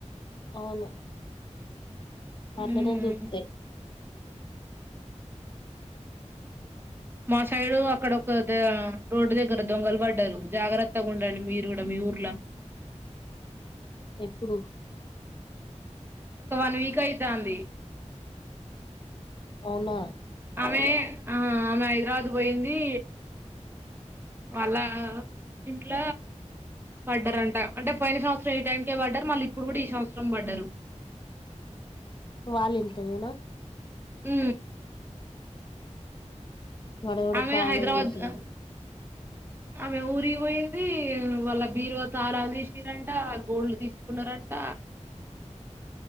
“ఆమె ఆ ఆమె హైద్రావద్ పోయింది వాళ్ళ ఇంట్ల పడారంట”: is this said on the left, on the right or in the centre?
Right